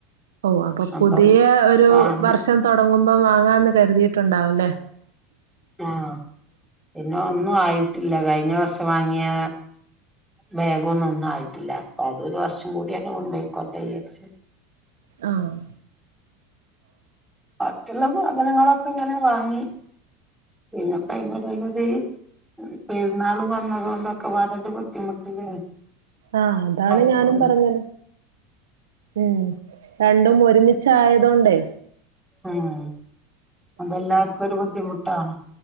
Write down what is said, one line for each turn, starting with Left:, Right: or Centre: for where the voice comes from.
Right: ഓ അപ്പൊ
Centre: അപ്പം
Right: പുതിയ ഒരു
Centre: വാങ്ങ
Right: വർഷം തുടങ്ങുമ്പം വാങ്ങാന്ന് കരുതിയിട്ടുണ്ടാവും ല്ലേ
Centre: ആഹ് പിന്നെ ഒന്നും ആയിട്ടില്ല കഴിഞ്ഞവർഷം വാങ്ങിയ ബാഗൊന്നും ഒന്നും ആയിട്ടില്ല അപ്പൊ അതൊരു വർഷം കൂടിയെന്നെ കൊണ്ടയ്ക്കോട്ടെ വിചാരിച്ച്
Right: ആഹ്
Centre: ബാക്കിയുള്ള സാധനങ്ങളൊക്കെങ്ങനെ വാങ്ങി പിന്നെ ഇപ്പയിന്റെടേലൊര് പെരുന്നാൾ വന്നതോണ്ടൊക്കെ പാടെ ഒരു ബുദ്ധിമുട്ടില്
Right: ആഹ് അതാണ്
Centre: ആയതുകൊണ്ട്
Right: ഞാനും പറഞ്ഞത് ഉം രണ്ടും ഒരുമിച്ചായതോണ്ടേ
Centre: ഉം അതെല്ലാർക്കൊരു ബുദ്ധിമുട്ടാണ്